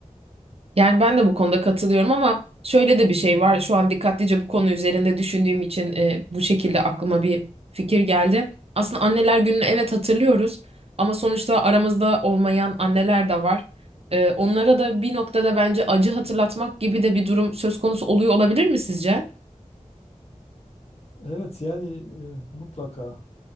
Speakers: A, on the right; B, on the left.
A: Yani ben de bu konuda katılıyorum ama şöyle de bir şey var. Şu an dikkatlice bu konu üzerinde düşündüğüm için e, bu şekilde aklıma bir fikir geldi. Aslında anneler gününü evet hatırlıyoruz ama sonuçta aramızda olmayan anneler de var. E, onlara da bir noktada bence acı hatırlatmak gibi de bir durum söz konusu oluyor olabilir mi sizce?
B: Evet yani eee, mutlaka